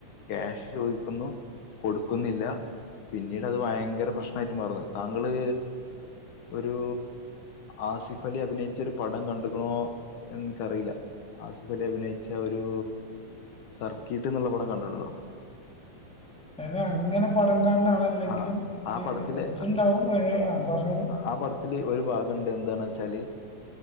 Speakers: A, on the left (about 75°); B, in the centre.
A: ക്യാഷ് ചോദിക്ക്ന്നു കൊടുക്കുന്നില്ലാ പിന്നീടത് ഭയങ്കര പ്രശ്നായിട്ട് മാറും താങ്കള് ഒരു ആസിഫ് ഫലി അഭിനയിച്ചാെര് പടം കണ്ട്ക്ക്ണോ എന്ന് ഇൻക്കറീലാ ആസിഫ് അലി അഭിനയിച്ച ഒരു സർക്കീട്ട്ന്ന്ള്ള പടം കണ്ട്ട്ട്ണ്ടോ
B: ഞൻ അങ്ങനെ പടം കാണ്‌ണ ആളെല്ലെങ്കിലും
A: ആഹ് ആ പടത്തില്
B: ശ്രദ്ധിച്ച്ട്ണ്ടാവും അയ്ന് ആഹ് പർഞ്ഞോളൂ
A: ആ പടത്തില് ഒരു ഭാഗണ്ട് എന്താണച്ചാല്